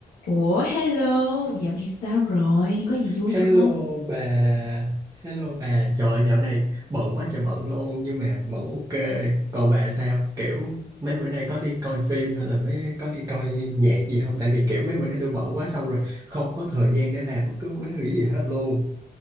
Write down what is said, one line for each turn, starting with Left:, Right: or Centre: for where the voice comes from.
Left: Ủa hello, dạo này sao rồi? Có gì vui
Right: Hello
Left: không?
Right: bà, hello bà, trời ơi, dạo này bận quá trời bận luôn nhưng mà vẫn ok. Còn bà sao? Kiểu mấy bữa nay có đi coi phim hay là mấy có đi coi nhạc gì không? Tại vì kiểu mấy bữa nay tôi bận quá xong rồi không có thời gian để làm bất cứ cái thứ gì hết luôn.